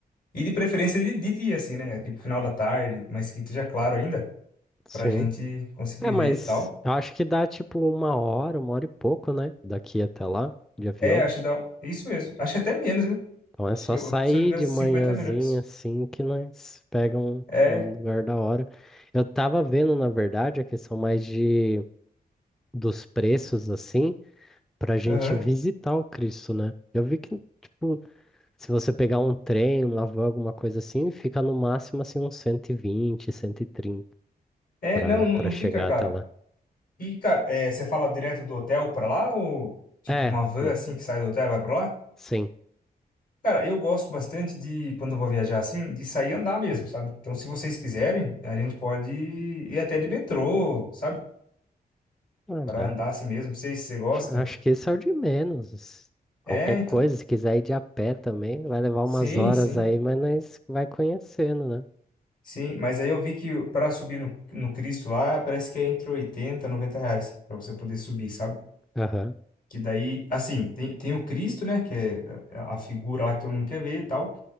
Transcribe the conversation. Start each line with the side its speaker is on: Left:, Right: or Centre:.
Left: E de preferência de, de dia, assim, né? Tipo, final da tarde, mas que esteja claro ainda,
Centre: Sim.
Left: pra gente conseguir
Centre: É,
Left: ver
Centre: mas
Left: e tal.
Centre: eu acho que dá tipo uma hora, uma hora e pouco, né? Daqui até lá, de avião.
Left: É, acho que dá. Isso mesmo. Acho que até menos, viu?
Centre: Então é
Left: Acho
Centre: só
Left: que, eu,
Centre: sair
Left: se eu não me engano,
Centre: de
Left: 50
Centre: manhãzinha
Left: minutos.
Centre: assim que nós pegamos um
Left: É,
Centre: um lugar da hora. Eu tava vendo, na verdade, a questão mais de dos preços assim, pra gente
Left: aham.
Centre: visitar o Cristo, né? Eu vi que, tipo, se você pegar um trem, uma van, alguma coisa assim, fica no máximo assim uns 120, 130
Left: É,
Centre: pra,
Left: não, não,
Centre: pra
Left: não
Centre: chegar
Left: fica caro.
Centre: até lá.
Left: E, cara, é, você fala direto do hotel pra lá ou, tipo, uma
Centre: É,
Left: van,
Centre: mo-
Left: assim, que sai do hotel e vai pra lá?
Centre: sim.
Left: Cara, eu gosto bastante de, quando eu vou viajar assim, de sair e andar mesmo, sabe? Então, se vocês quiserem, a gente pode ir até de metrô, sabe?
Centre: Ah,
Left: Pra
Centre: dá.
Left: andar assim mesmo. Não sei se você gosta.
Centre: Acho que esse é o de menos. Qualquer
Left: É, então.
Centre: coisa, se quiser ir de a pé também, vai levar
Left: Sim,
Centre: umas horas
Left: sim,
Centre: aí, mas nós vai conhecendo, né?
Left: sim. Mas aí eu vi que para subir no, no Cristo lá, parece que é entre 80 e 90 reais para você poder subir, sabe?
Centre: Aham,
Left: Que daí, assim, tem, tem o Cristo, né? Que é a a figura lá que todo mundo quer ver e tal.